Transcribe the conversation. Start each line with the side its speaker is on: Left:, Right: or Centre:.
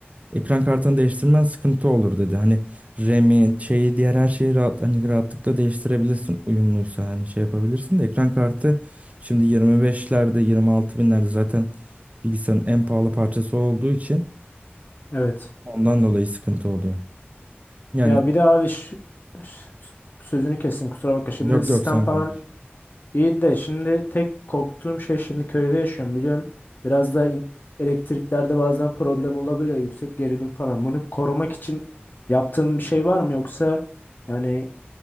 Right: Ekran kartını değiştirmen sıkıntı olur dedi. Hani RAM'i şeyi diğer her şeyi rahat, hani rahatlıkla değiştirebilirsin. Uyumluysa hani şey yapabilirsin de ekran kartı şimdi yirmi beşlerde 26 binlerde zaten bilgisayarın en pahalı parçası olduğu için
Left: Evet.
Right: Ondan dolayı sıkıntı oluyor. Yani
Left: Ya bir de abi ş- ş- sözünü kestim kusura bakma. Şimdi
Right: yok
Left: sistem
Right: yok sen
Left: falan
Right: konuş.
Left: iyiydi de şimdi tek korktuğum şey şimdi köyde yaşıyorum biliyorsun. Biraz da in- elektriklerde bazen problem olabiliyor yüksek gerilim falan. Bunu korumak için yaptığın bir şey var mı yoksa yani